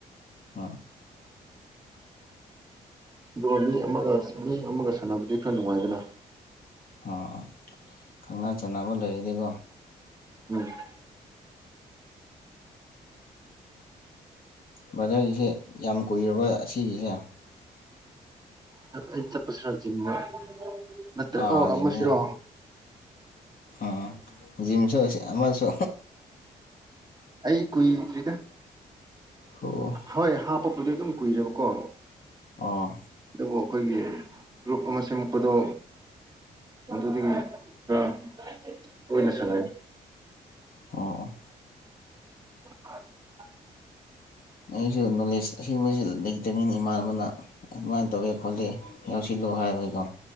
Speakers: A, on the left; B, on the right.
A: ꯍꯥꯥ <unintelligible>
B: ꯑꯗꯨꯒ ꯃꯤ ꯑꯃꯒ ꯃꯤ ꯑꯃꯒ ꯁꯥꯟꯅꯕꯗꯤ ꯈꯔ ꯅꯨꯡꯉꯥꯏꯗꯅ
A: ꯑꯥ ꯈꯪꯅꯥ ꯆꯟꯅꯕ ꯂꯩꯔꯗꯤꯀꯣ
B: ꯎꯝ
A: ꯕ꯭ꯔꯗꯔꯒꯤꯁꯦ ꯌꯥꯝ ꯀꯨꯏꯔꯕ ꯑꯁꯤꯒꯤꯁꯦ
B: <unintelligible> ꯅꯠꯇ꯭ꯔ
A: ꯑꯥ
B: ꯑꯣ ꯑꯃ
A: ꯖꯤꯝꯁꯦ
B: ꯁꯤꯔꯣ
A: ꯎꯝ ꯖꯤꯝꯁꯨ ꯑꯃꯁꯨ
B: ꯑꯩ ꯀꯨꯏꯗꯔꯤꯗꯥ
A: ꯍꫭ
B: ꯍꯣꯏ ꯍꯥꯞꯄꯕꯨꯗꯤ ꯑꯗꯨꯝ ꯀꯨꯏꯔꯦꯕꯀꯣ
A: ꯑꫭ
B: ꯑꯗꯨꯕꯨ ꯑꯩꯈꯣꯏꯒꯤ ꯒ꯭ꯔꯨꯞ ꯑꯃ ꯁꯦꯝꯃꯛꯄꯗꯣ ꯑꯗꯨꯗꯤ ꯈꯔ ꯇꯣꯏꯅ ꯁꯥꯟꯅꯩ
A: ꯑꯣ ꯑꫭ
B: <unintelligible>
A: ꯑꯩꯁꯨ ꯅꯣꯂꯦꯖ ꯑꯁꯤꯕꯁꯤ ꯂꯩ ꯇꯦꯅꯤꯅ ꯏꯃꯥꯟꯅꯕꯅ ꯑꯗꯨꯃꯥꯏꯅ ꯇꯧꯋꯦ ꯈꯣꯠꯂꯦ ꯌꯥꯎꯁꯤꯜꯂꯣ ꯍꯥꯏꯕꯒꯤꯀꯣ